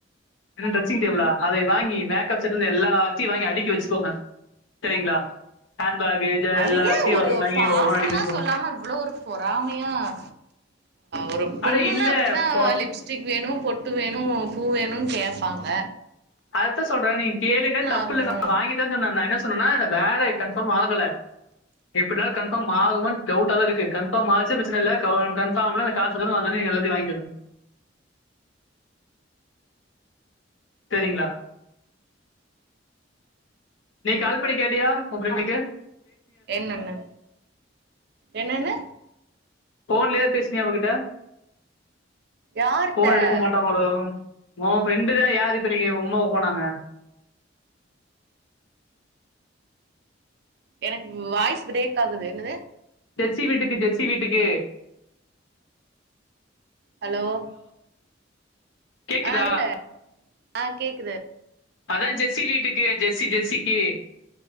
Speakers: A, on the left; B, on the right.
A: என்ன டெஸ்ஸிங் டேபிளா அதை வாங்கி மேக்கப் செட்னு எல்லாத்தையும் வாங்கி அடிக்கி வச்சுக்கோங்க சரிங்களா ஹேண்ட்பேக்
B: அது
A: எல்லாத்தையும்
B: ஏ
A: வாங்கி வாங்கி
B: பாசமா
A: ஒவ்வொன்றும் அடுக்கி வச்சுக்கோங்க
B: சொல்லாம இவ்வளவு ஒரு பொறாமையாஹ் ஒரு
A: அட
B: பொண்ணுன்னா
A: இல்ல
B: அப்படிதான்
A: போ
B: லிப்ஸ்டிக் வேணும் பொட்டு வேணும் பூ வேணும்னு கேட்பாங்க
A: அதத்தான் சொல்றேன் நீங்க கேளுங்க தப்புல
B: ஆகணு
A: நான் வாங்கி தான் சொன்னேன் நான் என்ன சொன்னேன்னா இந்த வேலை கன்பர்ம் ஆகல எப்டினாலு கன்ஃபார்ம் ஆகுமானு டவுட்டாதா இருக்கு கன்ஃபார்ம் ஆச்சு பிரச்ன இல்ல க கன்ஃபார்ம்ல காசுல்லன் வந்தொன்னே நீ எல்லாத்தயு வாங்க்கோனு சரிங்ளா நீ கால் பண்ணி கேட்டியா உ ஃப்ரண்டுக்கு
B: என்னன்னு என்னன்னு
A: ஃபோன்லயாது பேசுனியா அவகிட்ட
B: யார்ட்ட
A: ஃபோன் எடுக்க மாட்டாங்களோ உ ஃப்ரெண்டு தா யாரு ப்ப இன்னைக்கு உங்கம்மாவா போனாங்க
B: எனக்கு வாய்ஸ் பிரேக் ஆகுது என்னது
A: ஜெஸ்ஸி வீட்டுக்கு ஜெஸ்ஸி வீட்டுக்கு
B: ஹலோ
A: கேக்குதா
B: ஆ சொல்லு ஆ கேக்குது
A: அதா ஜெஸ்ஸி வீட்டுக்கு ஜெஸ்ஸி ஜெஸ்ஸிக்கு